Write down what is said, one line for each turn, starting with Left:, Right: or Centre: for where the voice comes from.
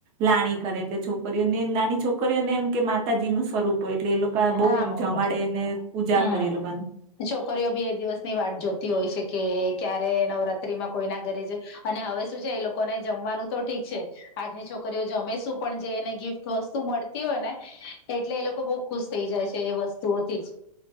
Right: લાણી કરે એટલે છોકરીઓને નાની છોકરીઓને એમ કે માતાજી નું સ્વરૂપ હોય એટલે એ લોકો બઉ
Left: હા માતા
Right: જમાડી
Left: છે
Right: ને પૂજા
Left: હમ
Right: કરી લોકોને
Left: છોકરીઓ બી એ દિવસની વાત જોતી હોય છે કે ક્યારે નવરાત્રીમાં કોઈના ઘરે જ અને હવે શું છે એ લોકોને જમવાનું તો ઠીક છે આજની છોકરીઓ જમે શું પણ જે એને ગિફ્ટ વસ્તુ મળતી હોય ને એટલે એ લોકો બહું ખુશ થઈ જાય છે એ વસ્તુઓથી જ